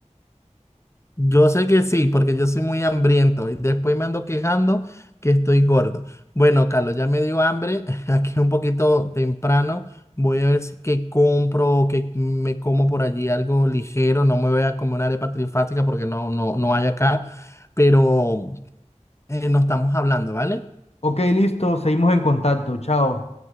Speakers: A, on the left (about 20°); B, on the left (about 60°).
A: Yo sé que sí, porque yo soy muy hambriento y después me ando quejando que estoy gordo. Bueno, Carlos, ya me dio hambre, <laughs> aquí es un poquito temprano. Voy a ver si que compro o que me como por allí algo ligero. No me voy a comer una arepa trifática porque no, no, no hay acá. Pero eh, no estamos hablando, ¿vale?
B: Ok, listo, seguimos en contacto, chao.